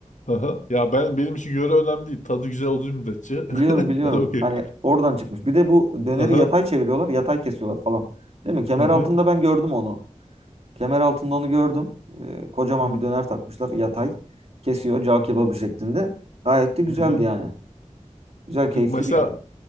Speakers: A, on the left; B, on the right.
A: Aha. Ya ben benim için göre önemli değil. Tadı güzel olduğu müddetçe
B: Biliyorum
A: <laughs>
B: biliyorum.
A: ben okey.
B: Hani oradan çıkmış. Bir de bu döneri
A: Aha.
B: yatay çeviriyorlar, yatay kesiyorlar falan. Değil mi? Kemer
A: Hı hı.
B: altında ben gördüm onu. Kemer altında onu gördüm. Ee, kocaman
A: Hı.
B: bir döner takmışlar. Yatay. Kesiyor. Cağ kebabı şeklinde. Gayet de güzeldi
A: Hı hı.
B: yani. Güzel, keyifli
A: Bir- Mesela
B: bir yemek.